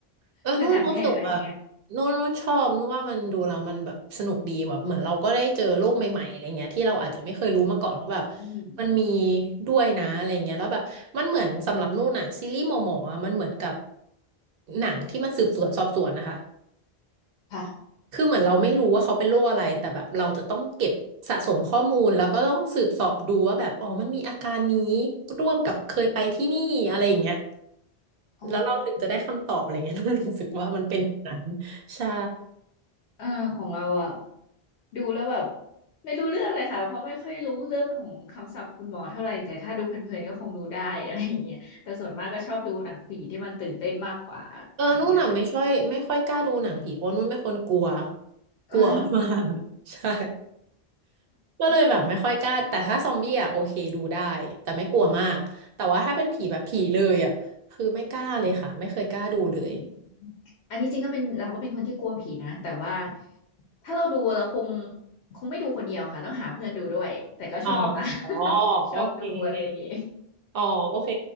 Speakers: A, on the right; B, on the left.
A: เออนุ่นรู้สึกอะ
B: เรื่องการแพทย์อะไรอย่างเงี้ย
A: นุ่นนุ่นชอบนุ่นว่ามันดูแล้วมันแบบสนุกดีแบบเหมือนเราก็ได้เจอโลกใหม่ๆอะไรเงี้ยที่เราอาจจะไม่เคยรู้มาก่อนว่าแบบ
B: อืมอืม
A: มันมีด้วยนะอะไรเงี้ยแล้วแบบมันเหมือนสำหรับนุ่นอะซีรีส์หมอหมออะมันเหมือนกับหนังที่มันสืบสวนสอบสวนนะคะ
B: ค่ะ
A: คือเหมือนเราไม่รู้ว่าเขาเป็นโรคอะไรแต่แบบเราจะต้องเก็บสะสมข้อมูลแล้วก็ต้องสืบเสาะดูว่าแบบอ๋อมันมีอาการนี้ร่วมกับเคยไปที่นี่อะไรอย่างเงี้ย
B: อ๋อ
A: แล้วเราถึงจะได้คำตอบอะไรเงี้ย <laughs> นุ่นรู้สึกว่ามันเป็นแบบนั้นใช่
B: อ่าของเราอ่ะดูแล้วแบบไม่รู้เรื่องเลยค่ะเพราะไม่ค่อยรู้เรื่องของคำศัพท์คุณหมอเท่าไหร่แต่ถ้าดูเพลินๆก็คงดูได้ <laughs> อะไรอย่างเงี้ยแต่ส่วนมากก็ชอบดูหนังผีที่มันตื่นเต้นมากกว่าอะไรอย่างเงี้ยค่ะ
A: เออนุ่นน่ะไม่ช่อยไม่ค่อยกล้าดูหนังผีเพราะนุ่นเป็นคนกลัว
B: อ่า
A: กลัวมาก <laughs> ใช่ก็เลยแบบไม่ค่อยกล้าแต่ถ้าซอมบี้อ่ะโอเคดูได้แต่ไม่กลัวมากแต่ว่าถ้าเป็นผีแบบผีเลยอ่ะคือไม่กล้าเลยค่ะไม่เคยกล้าดูเลย
B: อืมอันนี้จริงก็เป็นเราก็เป็นคนที่กลัวผีนะแต่ว่าถ้าเราดูเราคงคงไม่ดูคนเดียวค่ะต้องหาเพื่อนดูด้วยแต่ก็ชอบนะ
A: อ๋อ โอ
B: <laughs> ชอบดูอะไรอย่างงี้
A: เค อ๋อ โอเค